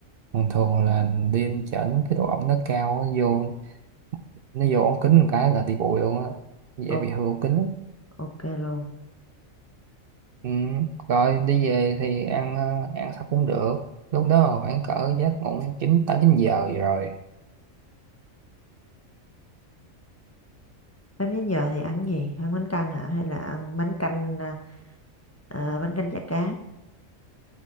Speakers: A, on the right (about 65°); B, on the left (about 25°).
A: thường thường là đi chỉnh cái độ ẩm nó cao nó vô nó vô ống kính một cái là đi bụi luôn á dễ
B: o-
A: bị hư ống kính lắm.
B: ok luôn
A: ừ. rồi đi về thì ăn ờ, ăn sao cũng được lúc đó khoảng cỡ giấc ngủ chín tám chín giờ vậy rồi
B: Em đến giờ thì ăn gì? Ăn bánh căn hả? Hay là ăn bánh canh à, à, bánh canh chả cá?